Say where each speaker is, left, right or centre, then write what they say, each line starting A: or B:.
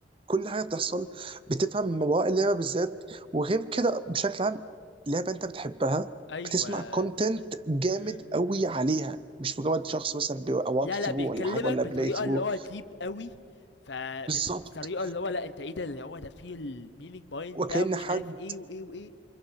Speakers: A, on the right; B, on the left.
A: كل حاجه بتحصل بتفهم مواقع اللعبه بالذات وغير كده بشكل عام لعبه انت بتحبها
B: ايوه
A: بتسمع كونتنت جامد
B: امم امم
A: قوي عليها مش مجرد شخص مثلا بي- او
B: لا
A: ثرو
B: لا بيكلمك
A: ولا حاجه ولا
B: بطريقه
A: بلاي ثرو
B: اللي هو ديب قوي فبطريقه
A: بالظبط
B: اللي هو لا انت ايه ده اللي هو ده فيه المينينج باين
A: وكأن
B: ده ومش
A: حد
B: عارف ايه وايه وايه